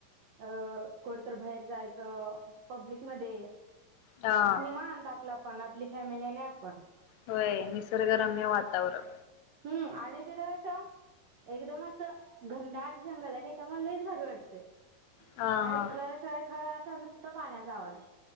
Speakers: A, on the right (about 65°); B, on the left (about 80°).
A: अ कोरतर बाहेर जायचं पब्लिक मध्ये
B: हा
A: निवांत आपला पण आपली फॅमिली आणि आपण
B: होय निसर्गरम्य वातावरण
A: हम्म आणि तेथ कसं एकदम असं घनदाट जंगल आहे. आणि त्या मला लईच भारी वाटतय.
B: हा
A: आणि
B: हा
A: खळ, खळ, खळ अस नुसत पाण्याचा आवाज